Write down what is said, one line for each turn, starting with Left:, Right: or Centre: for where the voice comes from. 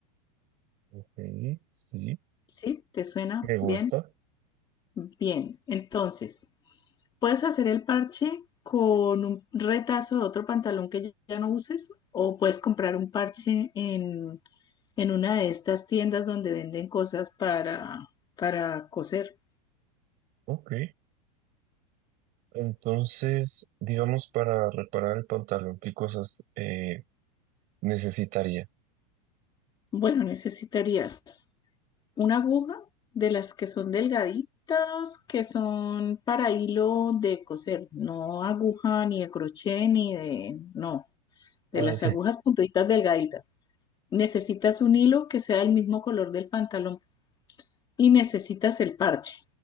Right: Ok, sí,
Left: ¿Sí? ¿Te suena
Right: me gusta.
Left: bien? Bien. Entonces, puedes hacer el parche con un retazo de otro pantalón que ya ya no uses o puedes comprar un parche en en una de estas tiendas donde venden cosas para, para coser.
Right: Ok. Entonces, digamos, para reparar el pantalón, ¿qué cosas eh, necesitaría?
Left: Bueno, necesitarías una aguja de las que son delgaditas, que son para hilo de coser, no aguja ni de crochet ni de, no, de
Right: Ah,
Left: las
Right: sí.
Left: agujas puntuitas delgaditas. Necesitas un hilo que sea el mismo color del pantalón y necesitas el parche,